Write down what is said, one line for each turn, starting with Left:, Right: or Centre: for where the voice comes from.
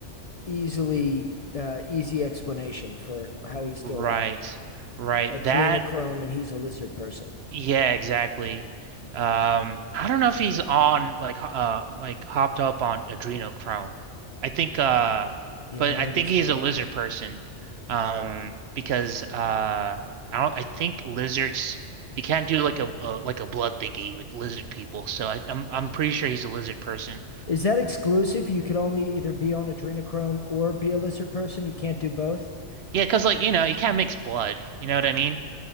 Left: easily uh, easy explanation for how
Right: <laughs>
Left: he's still
Right: Right.
Left: alive.
Right: Right.
Left: Adrenochrome
Right: That
Left: and he's a lizard person.
Right: Yeah, exactly. Um, I don't know if he's on like ho- uh like hopped up on adrenochrome. I think uh
Left: Yeah,
Right: but
Left: maybe
Right: I think
Left: he's
Right: he's
Left: not.
Right: a lizard person. Um because uh I don't I think lizards you can't do like a, uh like a blood thingy with lizard people. So I I'm I'm pretty sure he's a lizard person.
Left: Is that exclusive? You could only either be on adrenochrome or be a lizard person. You can't do both.
Right: Yeah, 'cause like you know, you can't mix blood, you know what I mean?